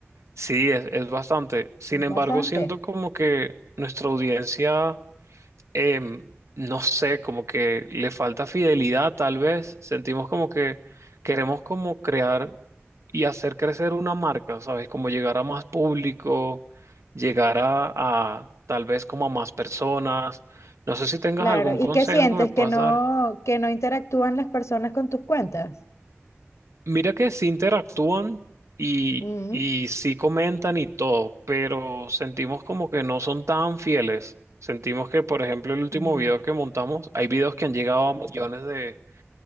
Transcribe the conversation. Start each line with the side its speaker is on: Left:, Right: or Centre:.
Right: Sí, es, es bastante. Sin
Left: bastante.
Right: embargo, siento como que nuestra audiencia, em, no sé, como que le falta fidelidad, tal vez. Sentimos como que queremos como crear y hacer crecer una marca, ¿sabes? Como llegar a más público, llegar a, a tal vez como a más personas. No sé si tengas
Left: Claro.
Right: algún
Left: ¿Y
Right: consejo
Left: qué sientes?
Right: que me puedas
Left: ¿Que no,
Right: dar.
Left: que no interactúan las personas con tus cuentas?
Right: Mira que sí interactúan y,
Left: Mm,
Right: y sí comentan y todo, pero sentimos como que no son tan fieles. Sentimos que, por ejemplo, el último
Left: mm,
Right: video que montamos, hay videos que han llegado a millones de,